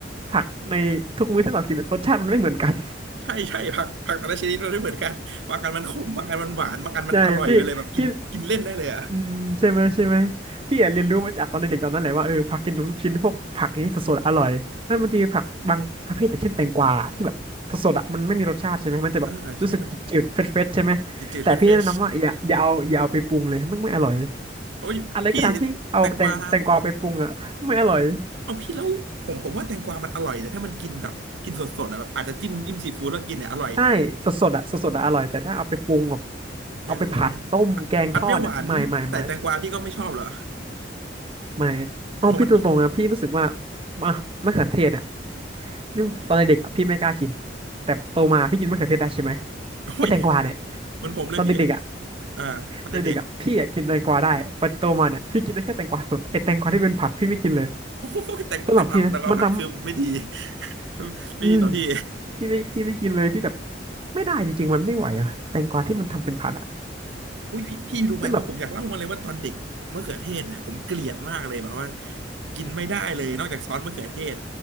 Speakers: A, on the right (about 30°); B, on the right (about 85°).
A: ผักในทุกมื้อที่เรากินอะรสชาติมันไม่เหมือนกัน
B: ใช่ใช่ผักผักแต่ละชนิดมันไม่เหมือนกันบางอันมันขมบางอันมันหวานบางอันมันอร่อยไปเลยแบบกินกินเล่นได้เลยอ่ะ
A: ใช่พี่พี่ อืมใช่ไหมใช่ไหมพี่อะเรียนรู้มาจากตอนเด็กๆตอนนั้นแหละว่าเออผักกินลูกชิ้นพวกผักนี้สดๆอร่อยแล้วมันจะมีผักบางประเภทอย่างเช่นแตงกวาที่แบบสดๆอะมันไม่มีรสชาติใช่ไหมมันจะแบบรู้สึกจืดๆเฟรชๆใช่ไหม
B: อ่าใช่มันจืดๆเฟรชเฟช
A: แต่พี่แนะนำว่าอย่าอย่าเอาอย่าเอาไปปรุงเลยไม่ไม่อร่อย
B: โอ้ยพี่
A: อะไรก็ตามที่เอาแตงแตงกวาไปปรุงอะไม่อร่อย
B: แตงกวาเอาพี่แล้วผมผมว่าแตงกวามันอร่อยแต่ถ้ามันกินแบบกินสดๆอะแบบอาจจะจิ้มจิ้มซีฟู้ดแล้วกินเนี่ยอร่อย
A: ใช่สดๆอะสดๆอะอร่อยแต่ถ้าเอาไปปรุงแบบเอาไปผัดต้มแกงทอดอะไม่ไม่ไม่
B: อย่างผัดผัดเปรี้ยวหวานใส่แตงกวาพี่ก็ไม่ชอบเหรอ
A: ไม่เอาพี่ตรงๆนะพี่รู้สึกว่า
B: อ๋อมัน
A: อ่ะมะเขือเทศเนี่ยนี่ตอนเด็กๆอ่ะพี่ไม่กล้ากินแต่โตมาพี่กินมะเขือเทศได้ใช่ไหม
B: อุ้ย
A: ไอ้แตงกวาเนี่ย
B: มันผมเลยพี่
A: ตอนเด็กๆอ่ะ
B: อ่าตอนเด็ก
A: ตอนเด็กๆอ่ะพี่อ่ะกินแตงกวาได้แต่โตมาเนี่ยพี่กินได้แค่แตงกวาสดไอ้แตงกวาที่เป็นผัดพี่ไม่กินเลย
B: <laughs> โอ้โหแต่แต่กวาแต่กวาผัดคือไม่ดี
A: สำหรับพี่นะมันน้
B: <laughs>
A: ำอืม
B: ไม่ดีต่อพี่
A: พี่ไม่พี่ไม่กินเลยพี่แบบไม่ได้จริงๆมันไม่ไหวอ่ะแตงกวาที่มันทำเป็นผัดอ่ะ
B: อุ้ยพี่พี่รู้ไหมว่าผมอยากเล่ามาเลยว่าตอนเด็กมะเขือเทศเนี่ยผมเกลียดมากเลยแบบว่า
A: นั่นแบบ
B: กินไม่ได้เลยนอกจากซอสมะเขือเทศ